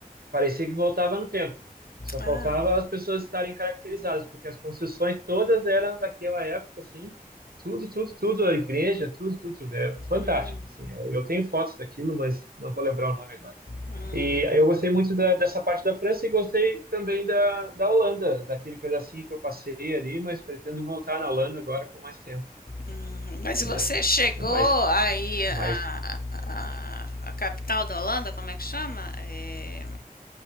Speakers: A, on the right; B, on the left.
A: Parecia que voltava no tempo. Só
B: Ah.
A: faltava as pessoas estarem caracterizadas, porque as construções todas eram daquela época, assim, tudo, tudo, tudo, a igreja, tudo, tudo, tudo. É fantástico,
B: Hum.
A: assim. Eu eu tenho fotos daquilo, mas não vou lembrar o nome agora.
B: Hum.
A: E eu gostei muito da- dessa parte da França e gostei também da, da Holanda, daquele pedacinho que eu passei ali, mas pretendo voltar na Holanda agora com mais tempo,
B: Hum. Mas
A: né?
B: você chegou
A: Com mais,
B: aí
A: mais
B: a, a, a capital da Holanda, como é que chama? É...